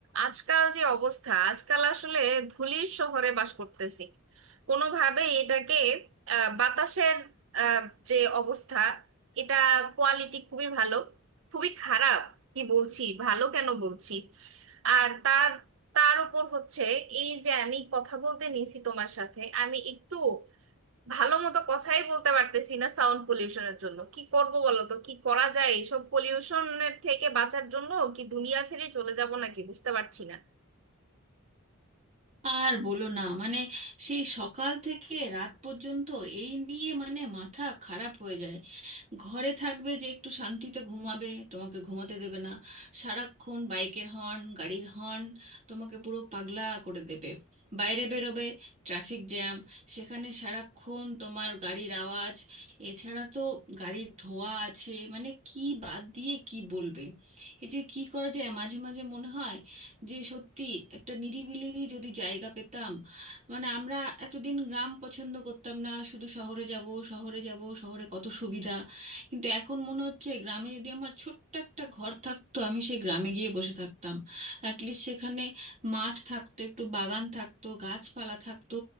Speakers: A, on the right; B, on the right.
A: আজকাল যে অবস্থা আজকাল আসলে ধূলির শহরে বাস করতেছি কোনোভাবেই এটাকে আহ, বাতাসের আহ, যে অবস্থা এটা কোয়ালিটি খুবই ভালো খুবই খারাপ কি বলছি ভালো কেন বলছি আর তার তার উপর হচ্ছে এই যে আমি কথা বলতে নিছি তোমার সাথে আমি একটু ভালো মতো কথাই বলতে পারতেছি না সাউন্ড পলিউশনের জন্য কি করব বলো তো কি করা যায় এইসব পলিউশনের থেকে বাঁচার জন্য কি দুনিয়া ছেড়ে চলে যাব নাকি বুঝতে পারছি না
B: আর বলো না মানে সেই সকাল থেকে রাত পর্যন্ত এই নিয়ে মানে মাথা খারাপ হয়ে যায় ঘরে থাকবে যে একটু শান্তিতে ঘুমাবে তোমাকে ঘুমাতে দেবে না সারাক্ষণ বাইকের হর্ন গাড়ির হর্ন তোমাকে পুরো পাগলা করে দেবে বাইরে বেরোবে ট্রাফিক জ্যাম সেখানে সারাক্ষণ তোমার গাড়ির আওয়াজ এছাড়া তো গাড়ির ধোঁয়া আছে মানে কি বাদ দিয়ে কি বলবে এই যে কি করা যায় মাঝে মাঝে মনে হয় যে সত্যি একটা নিরিবিলি যদি জায়গা পেতাম মানে আমরা এতদিন গ্রাম পছন্দ করতাম না শুধু শহরে যাব শহরে যাব শহরে কত সুবিধা কিন্তু এখন মনে হচ্ছে গ্রামে যদি আমার ছোট্ট একটা ঘর থাকতো আমি সেই গ্রামে গিয়ে বসে থাকতাম অ্যাটলিস্ট সেখানে মাঠ থাকতো একটু বাগান থাকতো গাছপালা থাকতো